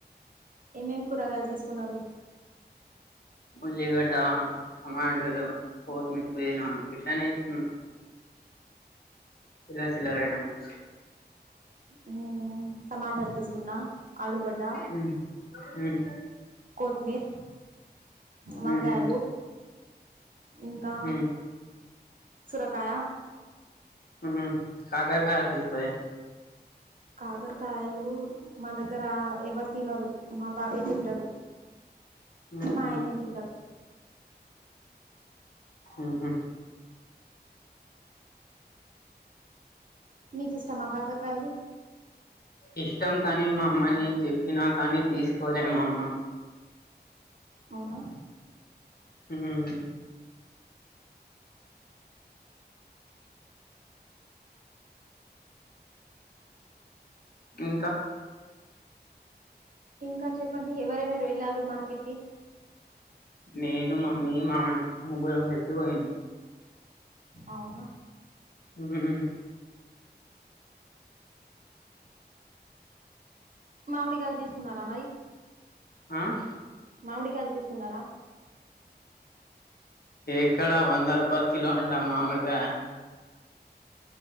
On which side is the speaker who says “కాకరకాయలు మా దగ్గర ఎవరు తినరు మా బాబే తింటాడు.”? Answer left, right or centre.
Right